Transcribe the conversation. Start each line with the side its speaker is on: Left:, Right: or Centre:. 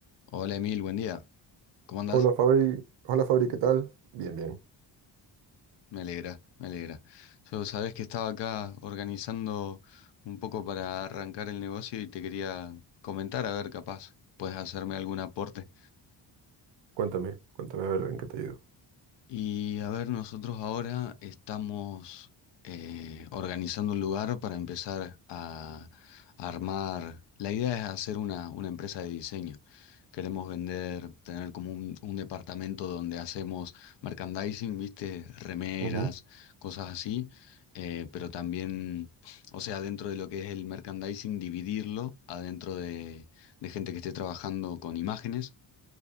Left: Hola Emil, buen día. ¿Cómo andás?
Right: Hola Fabri, hola Fabri, ¿qué tal? Bien, bien.
Left: Me alegra, me alegra. Yo sabés que estaba acá organizando un poco para arrancar el negocio y te quería comentar, a ver, capaz, puedes hacerme algún aporte.
Right: Cuéntame, cuéntame a ver en qué te ayudo.
Left: Y a ver, nosotros ahora estamos eh, organizando un lugar para empezar a, a armar. La idea es hacer una, una empresa de diseño. Queremos vender, tener como un, un departamento donde hacemos merchandising, viste, remeras,
Right: Ujú.
Left: cosas así. eh, pero también, o sea, dentro de lo que es el merchandising, dividirlo adentro de, de gente que esté trabajando con imágenes